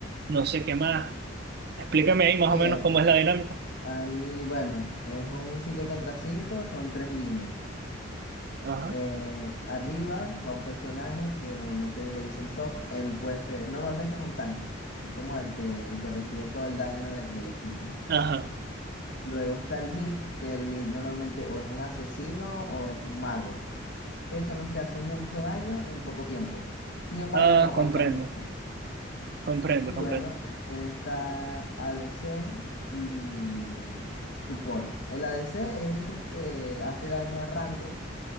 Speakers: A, on the right; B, on the left.
A: no sé qué más. Explícame ahí más
B: Sí,
A: o menos
B: hay,
A: cómo es la dinámica.
B: hay, bueno, es un 5 contra cinco son tres líneas.
A: Ajá,
B: Eh, arriba va un personaje que normalmente le dicen top. Él puede ser, normalmente es un tanque. Es como el que, el que recibe todo el daño de- del equipo.
A: ajá.
B: Luego está el mid, que el mid normalmente o es un asesino o es un mago, que son los que hacen mucho daño en poco tiempo. Sin embargo,
A: Ah,
B: no aguantan
A: comprendo,
B: mucho.
A: comprendo,
B: Y
A: comprendo.
B: bueno, después está ADC y support. El ADC es ese que hace daño a rango